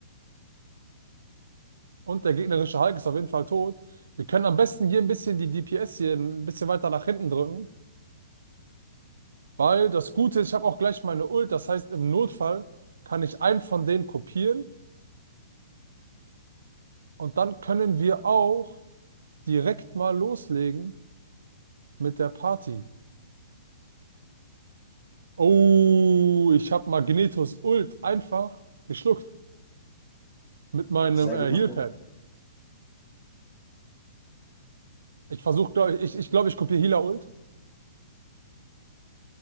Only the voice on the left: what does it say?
Sehr
gut, Mathe.